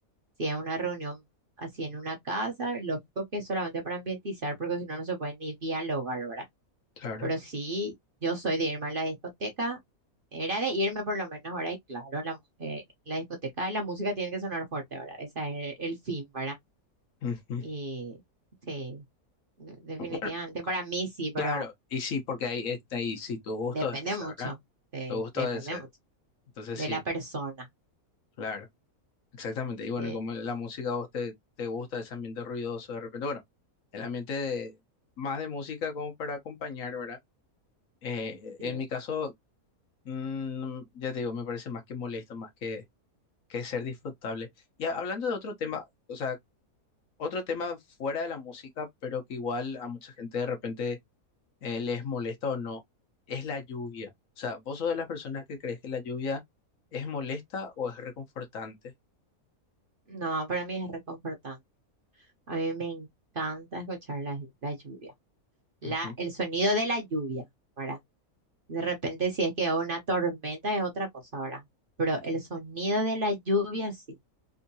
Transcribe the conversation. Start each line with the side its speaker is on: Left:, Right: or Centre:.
Right: Si es una reunión así en una casa, lógico que es solamente para ambientizar, porque si no, no se puede ni dialogar, ¿verdad?
Left: claro.
Right: Pero sí, yo soy de irme a la discoteca, era de irme por lo menos, ¿verdad? Y claro, la, mu- eh, la discoteca, la música tiene que sonar fuerte, ¿verdad? Ese es el fin, ¿verdad?
Left: ujú.
Right: Y sí, de- definitivamente,
Left: Bueno,
Right: para mí sí, pero
Left: Claro, y sí, porque ahí está ahí, sí, tu gusto
Right: depende
Left: es ese,
Right: mucho,
Left: ¿verdad?
Right: sí,
Left: Tu gusto
Right: depende
Left: es ese.
Right: mucho.
Left: Entonces
Right: de
Left: sí,
Right: la persona.
Left: claro, exactamente. Y bueno,
Right: Sí,
Left: y como la música a vos te, te gusta ese ambiente ruidoso de repente, bueno, el ambiente de, más de música como para acompañar, ¿verdad? Eh,
Right: sí.
Left: en mi caso... Mm, ya te digo, me parece más que molesto, más que, que ser disfrutable. Y ha- hablando de otro tema, o sea, otro tema fuera de la música, pero que igual a mucha gente de repente eh, les molesta o no, es la lluvia. O sea, ¿vos sos de las personas que crees que la lluvia es molesta o es reconfortante?
Right: No, para mí es reconfortante. A mí me encanta escuchar la, la lluvia, la,
Left: Ujú,
Right: el sonido de la lluvia, ¿verdad? De repente, si es que una tormenta es otra cosa, ¿verdad? Pero el sonido de la lluvia sí.